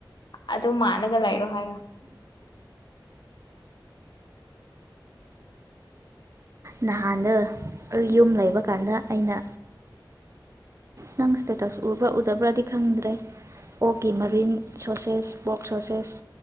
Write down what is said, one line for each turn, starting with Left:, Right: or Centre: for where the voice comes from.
Left: ꯑꯗꯨ ꯃꯥꯟꯕ꯭ꯔꯣ ꯅꯪꯒ ꯂꯩꯔꯣ ꯍꯥꯏꯔꯣ
Right: ꯅꯍꯥꯟꯗꯣ ꯑꯩ ꯌꯨꯝ ꯂꯩꯕ ꯀꯥꯟꯗ ꯑꯩꯅ ꯅꯪ ꯏꯁꯇꯦꯇꯁ ꯎꯕ꯭ꯔꯥ ꯎꯗꯕ꯭ꯔꯥꯗꯤ ꯈꯪꯗ꯭ꯔꯦ ꯑꯣꯛꯀꯤ ꯃꯔꯤꯟ ꯁꯣꯁꯦꯁ ꯕꯣꯛ ꯁꯣꯁꯦꯁ